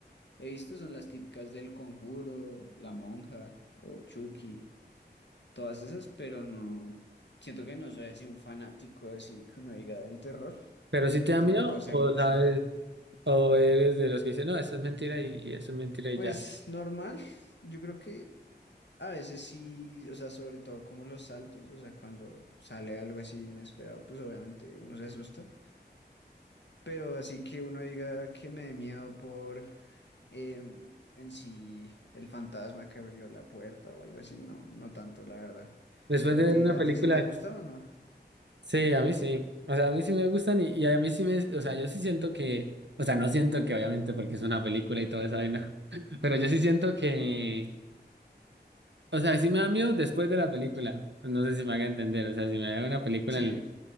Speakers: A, on the left; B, on the right.
A: He visto son las típicas del Conjuro, La Monja o Chucky, todas esas, pero no, siento que no soy así un fanático así que uno diga del terror
B: Pero si te
A: y
B: da
A: tampoco
B: miedo
A: sé
B: o
A: mucho.
B: sabes, o eres de los que dicen, no, eso es mentira y, y eso es mentira y
A: Pues
B: ya.
A: normal, yo creo que a veces sí, o sea, sobre todo como los saltos, o sea, cuando sale algo así inesperado, pues obviamente uno se asusta, pero así que uno diga que me dé miedo por em, en sí el fantasma que abrió la puerta o algo así, no, no tanto, la verdad.
B: Después
A: Pero
B: de
A: a
B: ver
A: ti,
B: una
A: a
B: película...
A: ti sí te gustó o no?
B: Sí, a mí sí. O sea, a mí sí me gustan y, y a mí sí me, o sea, yo sí siento que, o sea, no siento que obviamente porque es una película y toda esa vaina, <laughs> pero yo sí siento que, o sea, sí me da miedo después de la película. No sé si me haga entender, o sea, si me da una película
A: Sí,
B: en la-